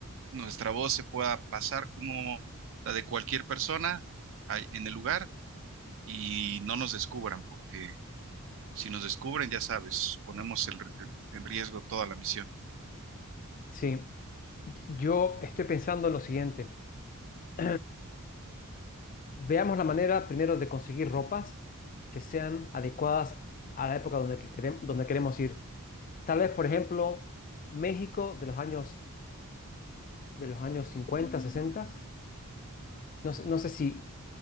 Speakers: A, on the right; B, on the left.
A: nuestra voz se pueda pasar como la de cualquier persona ahí en el lugar y no nos descubran, porque si nos descubren, ya sabes, ponemos el- el- en riesgo toda la misión.
B: Sí, yo estoy pensando en lo siguiente. <clears throat> Veamos la manera primero de conseguir ropas que sean adecuadas a la época donde, que querem- donde queremos ir. Tal vez, por ejemplo, México de los años, de los años 50, 60 No, sé- no sé si